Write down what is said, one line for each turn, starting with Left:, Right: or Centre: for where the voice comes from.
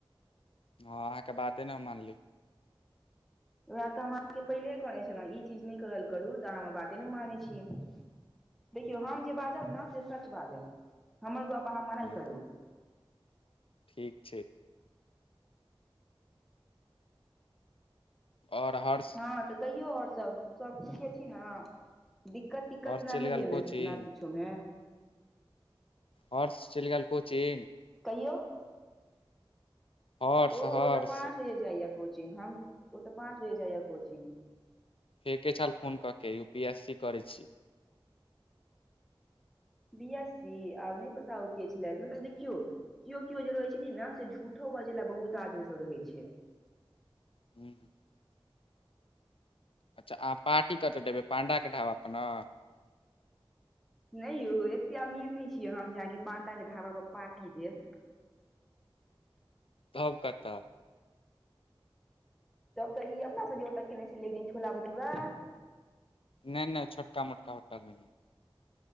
Left: हँ अहाँके बाते नहि हम मानली।
Centre: वैह तऽ हम अहाँके पहिलेहे कहने छलहुँं ई चीज नहि करल करू तऽ अहाँ बाते नहि मानै छीयै। देखियौ हम जे बाजब ने से सच बाजब हमर गप अहाँ मानल
Left: हँ
Centre: करू।
Left: ठीक छैय। और हर
Centre: हँ तऽ कहियौ आओर सब सब ठीके छी ना? दिक्कत तिक्कत
Left: हर्ष
Centre: न
Left: चलि
Centre: ने
Left: गेल
Centre: भेल
Left: कोचिंग
Centre: ना किछो मे?
Left: हर्स चलि गेल कोचिंग?
Centre: कहियौ
Left: हर्ष
Centre: ओ
Left: हर्ष
Centre: ओ तऽ पाँच बजे जाइया कोचिंग हम ओ तऽ पाँच बजे जाइया कोचिंग।
Left: फेके छल फोन कऽ के यू पी एस सी करै छी।
Centre: बी एस सी आब नहि पता उ के छलै मतलब देखियौ केओ केओ जे रहै छथिन ने से झूठो बजेला बहुत आदमी सब रहै छैय।
Left: हू अच्छा अहाँ पार्टी कत देबै पाण्डा के ढाबा पे ना?
Centre: नहि यौ एते अमीर नहि छियै हम जे अहाँके पांडा के ढाबा पर पार्टी देब।
Left: तब कतऽ?
Centre: तब तऽ ई अपना सब ओतऽ खेने छलियै एकदिन छोला भटूरा
Left: नहि नहि छोटका मोटका होटल मे नहि।